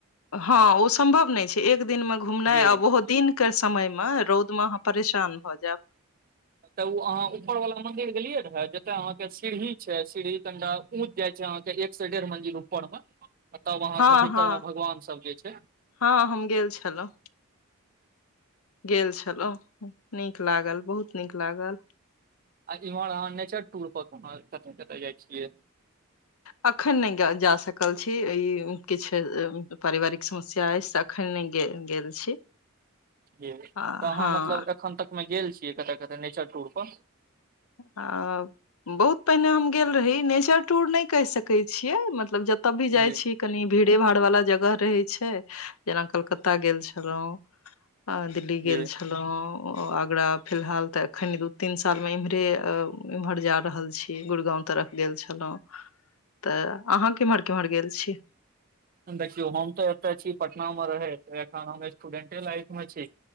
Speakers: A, on the left; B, on the right.
A: हँ ओ सम्भव नहि छै एक दिन मे घुमनाइ
B: जी
A: आ बहुत दिन। के समय मे रौद मे अहाँ परेशान भऽ जायब।
B: तऽ ओ अहाँ ऊपर वाल मंिर गेलियै रह जते अहाँ के सीढ़ी छै सीढ़ी कंडा पहुँच जाय छै अहाँके एक से डेढ़ मंदिर ऊपर मे तब अहाँके
A: हँ
B: भीतर
A: हँ
B: मे भगवान सब जे छै
A: हँ हम गेल छलहुँं। गेल छलहुँ नीक लागल बहुत नीक लागल।
B: आ इमरा अने ूर पर को खतम करथ जाइ छियै।
A: अखन नहि जा सकल छी ई किछ पारिवारिक समस्या अछि। ओखने गेल छी।
B: जी तऽ
A: आ
B: अहाँ
A: हँ
B: मतलब एखन तकमे गेल छियै कतअ कतअ नेचर टूर पर।
A: आ बहुत पहिने हम गेल रही नेचर टूर नहि कहि सकैत छियै मतलब जत। तऽ भी जाइ
B: जी
A: छी कनी भीड़े- भाड़ वाला जगह रहै छै जेना कलकत्ता गेल छलहुँं। दिल्ली गैल
B: जी
A: छलहुँं, आगरा फिलहाल तऽ एखन दू - तीन साल में इमहर। रे इम्हर जा रहल छी गुड़गाँंव तरफ गैल छलहुँ। तऽ अहाँ केम्हर केम्हर गैल छी।
B: देखियौ, हम तऽ एतय छी। पटना मे रहैत एखन हम स्टूडेंटे लाइफ मे छी।